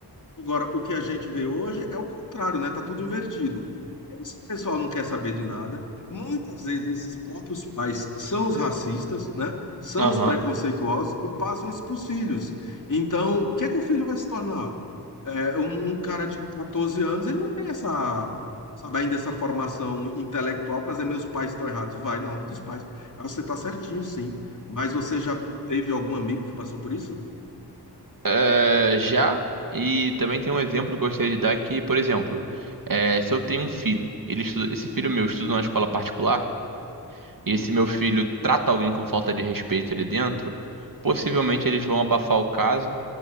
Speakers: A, on the left; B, on the right.
A: Agora, o que a gente vê hoje é o contrário, né? Tá tudo invertido. Esse pessoal não quer saber de nada. Muitas vezes esses próprios pais são os racistas, né? São
B: Aham.
A: os preconceituosos e passam isso para os filhos. Então, o que é que o filho vai se tornar? É, um, um cara de 14 anos, ele não tem essa, sabe, ainda essa formação intelectual para dizer meus pais estão errados. Vai na onda dos pais. Eu acho que você está certinho, sim. Mas você já teve algum amigo que passou por isso?
B: É, já, e também tem um exemplo que eu gostaria de dar que, por exemplo, é, se eu tenho um filho, ele estuda- esse filho meu estuda numa escola particular, e
A: Hum.
B: se meu filho trata alguém com falta de respeito ali dentro, possivelmente eles vão abafar o caso.